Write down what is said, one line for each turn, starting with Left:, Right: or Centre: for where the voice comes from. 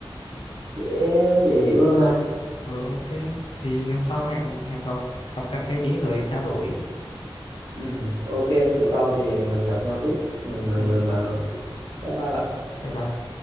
Right: dễ dễ hiểu hơn ha.
Left: ừ, ok thì hôm sau hẹn hẹn gặp gặp cà phê tí rồi trao đổi
Right: Ừ, ok bữa sau thì mình gặp nhau tiếp mình
Left: ok
Right: mình bàn luận. tiếp. Bye bye bạn.
Left: bye bye